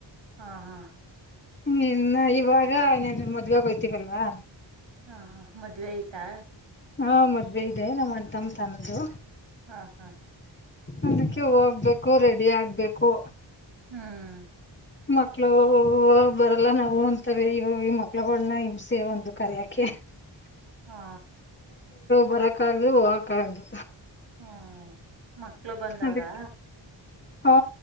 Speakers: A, on the right; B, on the left.
A: ಹಾ ಹಾ
B: ಹ್ಮ್ ಇನ್ನ ಇವಾಗ ನೀನ್ ಮದ್ವೆಗ್ ಹೋಯ್ತೀವಲ್ವಾ.
A: ಹಾ ಹಾ ಮದ್ವೆ ಆಯ್ತಾ.
B: ಹಾ ಮದ್ವೆ ಇದೆ ನಮ್ಮ ಅಣ್ತಮ್ಮ ತನ್ನ್ದು.
A: ಹಾ ಹಾ
B: ಅದಕ್ಕೆ ಹೋಗ್ಬೇಕು ರೆಡಿ ಆಗ್ಬೇಕು.
A: ಹ್ಮ್
B: ಮಕ್ಳು ಬರಲ್ಲ ನಾವು ಅಂತವೆ ಇವಾಗ ಮಕ್ಳುಗುಳ್ನ ಹಿಂಸೆ ಒಂದು ಕರ್ಯಕೆ. <unintelligible>
A: ಹಾ
B: ಬರಕಾಗ್ದು ಹೋಗಕ್ ಆಗ್ದು.
A: ಹ್ಮ ಮಕ್ಳು ಬಂದವ್ರಾ.
B: ಅದಕ್ಕೆ ಹಾ